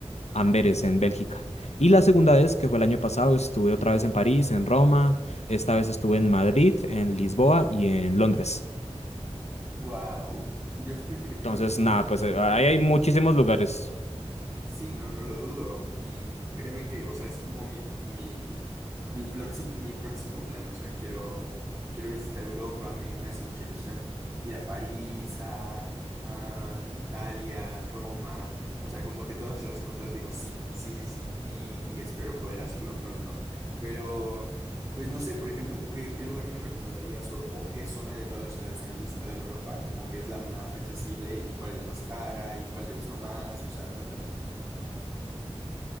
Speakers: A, on the left; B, on the right.
A: Amberes, en Bélgica. Y la segunda vez, que fue el año pasado, estuve otra vez en París, en Roma, esta vez estuve en Madrid, en Lisboa y en Londres.
B: Wow, yo fíjate que tengo
A: Entonces,
B: muchas.
A: nada, pues eh, ahí hay muchísimos lugares.
B: Sí, no, no lo dudo. Y créeme que, o sea, es como mi, mi, mi, próximo, mi próximo plan. O sea, quiero, quiero visitar Europa, me, me hace mucha ilusión ir a París, a, a Italia, Roma. O sea, como que todas esas cosas digo, sí, sí, sí, sí. Y, y espero poder hacerlo pronto. Pero, pues no sé, por ejemplo, ¿tú qué, qué lugar me recomendarías o, o qué zona de todas las ciudades que has visitado en Europa, como que es la más accesible y cuál es la más cara y cuál te gustó más? O sea, cuéntame.